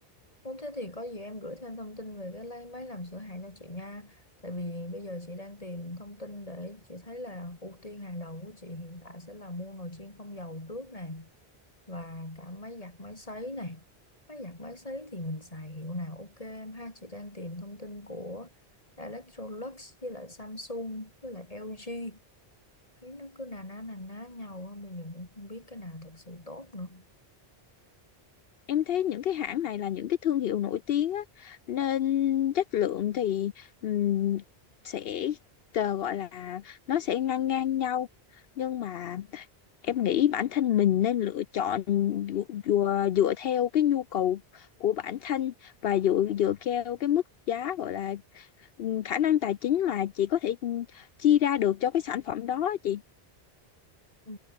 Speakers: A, on the left; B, on the left.
A: Nếu thế thì có gì em gửi thêm thông tin về cái lấy máy làm sửa hàng cho chị nha. Tại vì bây giờ chị đang tìm thông tin để chị thấy là ưu tiên hàng đầu của chị hiện tại sẽ là mua nồi chiên không dầu trước này và cả máy giặt máy sấy này. Máy giặt máy sấy thì mình xài hiệu nào ok em ha. Chị đang tìm thông tin của Electrolux với lại Samsung với lại LG. Thấy nó cứ nà ná nà ná nhau á, bây giờ cũng không biết cái nào thật sự tốt nữa.
B: Em thấy những cái hãng này là những cái thương hiệu nổi tiếng á, nên chất lượng thì ừm, sẽ ờ, gọi là nó sẽ ngang ngang nhau. Nhưng mà em nghĩ bản thân mình nên lựa chọn dựa, dựa theo cái nhu cầu của bản thân và dựa dựa theo cái mức giá gọi là ừm, khả năng tài chính mà chị có thể ừm, chi ra được cho cái sản phẩm đó chị.
A: Ừ,